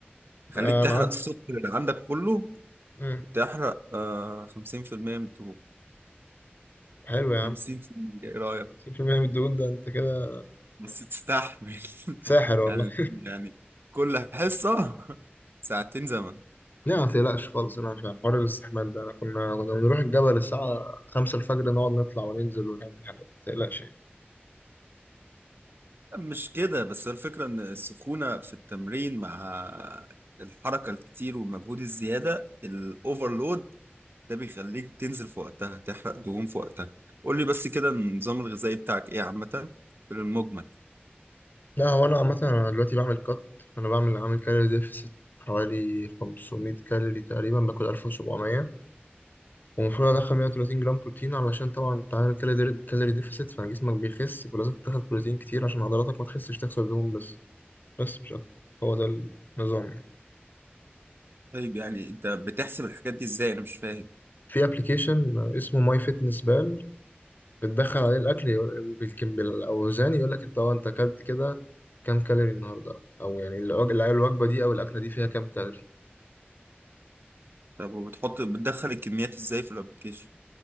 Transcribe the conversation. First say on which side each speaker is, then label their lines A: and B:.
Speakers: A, on the right; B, on the left.
A: خليك
B: <laughs> آه، انا
A: تحرق
B: عندي
A: السكر اللي عندك كله
B: امم
A: وتحرق آه 50% من الدهون
B: حلو يا عم
A: 50% ايه رأيك
B: 60% من الدهون ده انت كده
A: بس تستحمل <laughs>
B: ساحر والله
A: يعني يعني كل حصة <laughs> ساعتين زمن
B: لا ما تقلقش خالص انا في حوار الاستحمام ده انا كنا كنا بنروح الجبل الساعة خمسة الفجر نقعد نطلع وننزل ونعمل حاجات ما تقلقش يعني
A: مش كده بس الفكرة ان السخونة في التمرين مع الحركة الكتير والمجهود الزيادة الاوفرلود ده بيخليك تنزل في وقتها تحرق دهون في وقتها قول لي بس كده النظام الغذائي بتاعك ايه عامة في المجمل
B: لا هو انا عامة انا دلوقتي بعمل كات فانا بعمل عامل كالوري ديفست حوالي 500 كالوري تقريبا باكل 1700 ومفروض ادخل 130 جرام بروتين علشان طبعا انت عامل كالوري كالوري ديفست فجسمك بيخس فلازم تاخد بروتين كتير عشان عضلاتك ما تخسش تخسر دهون بس بس مش اكتر هو ده النظام يعني
A: طيب يعني انت بتحسب الحاجات دي ازاي انا مش فاهم
B: في ابلكيشن اسمه ماي فيتنس بال بتدخل عليه الاكل يقول- وبالكم بالاوزان يقول لك انت اه انت اكلت كده كام كالوري النهارده او يعني الوج- الوجبه دي او الاكله دي فيها كام كالوري
A: طب وبتحط بتدخل الكميات ازاي في الابلكيشن